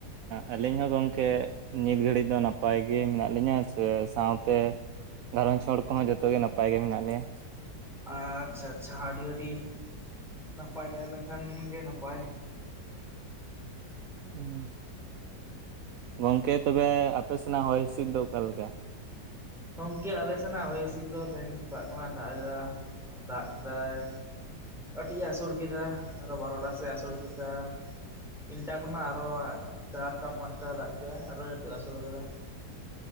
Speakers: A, on the right; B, in the centre.
A: ᱟᱹᱞᱤᱧ ᱦᱚᱸ ᱜᱚᱝᱠᱮ ᱱᱤᱛ ᱜᱷᱟᱹᱲᱤᱡ ᱫᱚ ᱱᱟᱯᱟᱭ ᱜᱮ ᱢᱮᱱᱟᱜ ᱞᱤᱧᱟᱹ ᱥᱮ ᱥᱟᱶᱛᱮ ᱜᱷᱟᱨᱚᱸᱧᱡᱽ ᱦᱚᱲ ᱠᱚᱦᱚᱸ ᱡᱚᱛᱚ ᱜᱮ ᱱᱟᱯᱟᱭ ᱜᱮ ᱢᱮᱱᱟᱜ ᱞᱮᱭᱟ
B: ᱟᱪᱪᱷᱟ ᱟᱪᱪᱷᱟ ᱟᱹᱰᱤ ᱟᱹᱰᱤ ᱱᱟᱯᱟᱭ ᱛᱟᱦᱮᱸ ᱞᱮᱱ ᱠᱷᱟᱱ ᱜᱮ ᱱᱟᱯᱟᱭ
A: ᱦᱩᱸ ᱜᱚᱝᱠᱮ ᱛᱚᱵᱮ ᱟᱯᱮ ᱥᱮᱱᱟᱜ ᱦᱚᱭ ᱦᱤᱥᱤᱫ ᱫᱚ ᱚᱠᱟᱞᱮᱠᱟ
B: ᱜᱚᱝᱠᱮ ᱟᱞᱮ ᱥᱮᱱᱟᱜ ᱦᱚᱭ ᱦᱤᱥᱤᱫ ᱫᱚ ᱛᱮᱦᱮᱧ ᱫᱚ ᱥᱮᱛᱟᱜ ᱠᱷᱚᱱᱟᱜᱼᱮ ᱫᱟᱜ ᱮᱫᱟ ᱟᱨ ᱫᱟᱜ ᱠᱮᱫᱟᱭ ᱠᱟᱹᱴᱤᱡᱼᱮ ᱟᱹᱥᱩᱲ ᱠᱮᱫᱟ ᱟᱨᱚ ᱵᱟᱨᱚᱴᱟ ᱥᱮᱫ ᱟᱹᱥᱩᱲ ᱠᱮᱫᱟ ᱛᱤᱱᱴᱟ ᱠᱷᱚᱱᱟᱜ ᱟᱨᱚ ᱪᱟᱨᱴᱟ ᱯᱟᱸᱪᱴᱟ ᱫᱟᱜ ᱠᱮᱫᱼᱟ ᱟᱨᱚ ᱱᱤᱛᱚᱜ ᱟᱹᱥᱩᱞ ᱟᱠᱟᱫᱟ